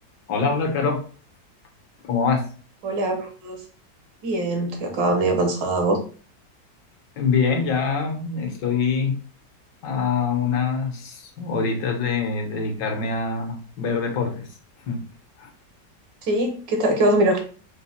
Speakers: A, on the left; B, on the right.
A: Hola, hola, Caro, ¿cómo vas?
B: Hola, ¿cómo estás? Bien, estoy acá medio cansada. ¿Vos?
A: Bien, ya estoy a unas horitas de dedicarme a ver deportes. <laughs>
B: ¿Sí? ¿Qué, está- qué vas a mirar?